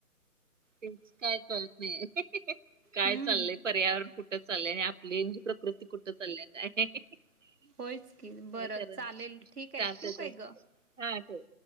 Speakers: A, on the right (about 55°); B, on the right (about 75°).
A: तेच काय कळत नाहीये, काय
B: हम्म
A: चाललंय पर्यावरण कुठं चालंय, आपली हेची प्रकृती कुठ चाल्यात हे, हे, हं
B: होयच की
A: काय
B: बरं
A: खरं
B: चालेल
A: नाही,
B: ठीक आहे
A: चालतेय
B: ठेवू
A: चल
B: काय ग
A: हा ठेव.